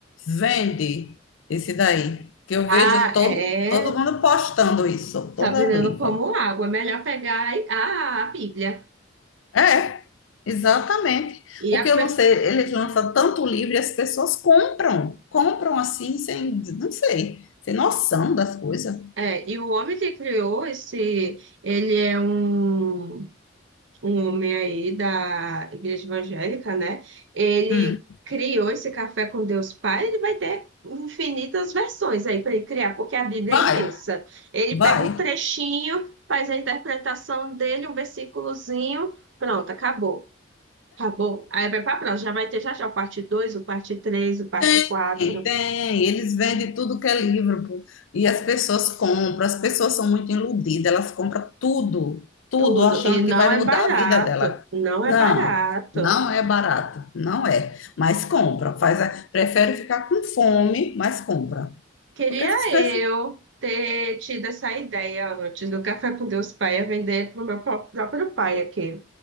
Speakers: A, on the left; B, on the right.
A: Vende esse daí. Que eu
B: Ah,
A: vejo todo,
B: é.
A: todo mundo postando isso, toda
B: Tá vendendo
A: vez.
B: como água. É melhor pegar a, a Bíblia.
A: É, exatamente.
B: E,
A: Porque
B: a
A: eu
B: pe-
A: não sei, eles lançam tanto livro e as pessoas compram, compram assim, sem, não sei, sem noção das coisas.
B: é, e o homem que criou esse, ele é um, um homem aí da igreja evangélica, né? Ele
A: Hum,
B: criou esse café com Deus Pai, ele vai ter infinitas versões aí para ele criar, porque a Bíblia
A: Vai,
B: é imensa. Ele
A: vai.
B: pega um trechinho, faz a interpretação dele, um versículozinho, pronto, acabou. Acabou. Aí vai para a próxima, já vai ter já já o parte 2 o parte 3 o parte
A: Tem,
B: quatro
A: tem. Eles vendem tudo que é livro pô. e as pessoas compram. As pessoas são muito iludidas, elas compram tudo, tudo,
B: Tudo.
A: achando
B: E não
A: que vai
B: é
A: mudar
B: barato.
A: a vida dela.
B: Não
A: Não,
B: é barato.
A: não é barato, não é. Mas compra, faz a- prefere ficar com fome, mas compra.
B: Queria
A: Porque essas pessoas
B: eu ter tido essa ideia antes do Café com Deus Pai a vender para o meu pró- próprio pai aqui.